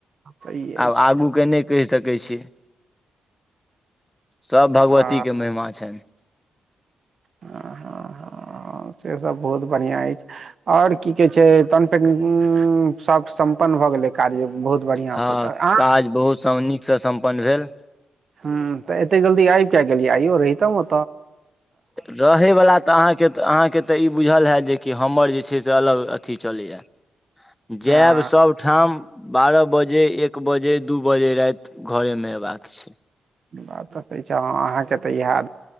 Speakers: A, on the right; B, on the left.
A: सही अछि
B: आब आगूके नहि कहि सकै छी सब भगवती
A: आ
B: के महिमा छैन
A: आ ह ह हँ से सब बहुत बढ़िया अछि और की कहे छै त पे सब सम भऽ गेलै कार्य बहुत बढ़ियां
B: हँ
A: सँ तऽ अहाँ
B: काज बहुत स नीकसँ सम्पन्न भेल
A: ह तऽ एते जल्दी आइब किया गेलियै आइयो रहितौ ओ
B: रहयवला तऽ अहाँके तऽ अहाँके तऽ ई बुझल है जे कि हमर जे जे छै अलग अथि चलय यै
A: हँ
B: जैब सबठाम बारह बजे एक बजे दू बजे राति घरेमे अयबाक छै
A: बात त सही छै आब अहाँके तऽ इहै